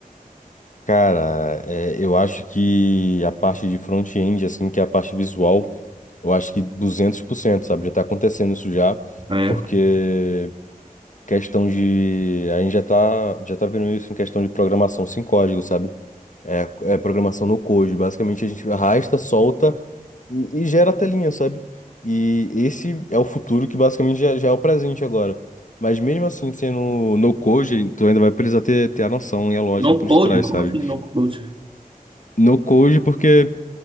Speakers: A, on the left; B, on the right.
A: Cara, é, eu acho que a parte de front-end, assim, que é a parte visual, eu acho que 200%, sabe? Já tá acontecendo isso já,
B: Ah, É.
A: porque questão de... A gente já tá, já tá vendo isso em questão de programação sem código, sabe? É, é programação no code. Basicamente, a gente arrasta, solta e, e gera a telinha, sabe? E esse é o futuro que basicamente já, já é o presente agora. Mas mesmo assim, sendo no code, tu ainda vai precisar ter, ter a noção e a lógica
B: No
A: por
B: code?
A: trás,
B: Como
A: sabe?
B: assim no code?
A: No code, porque,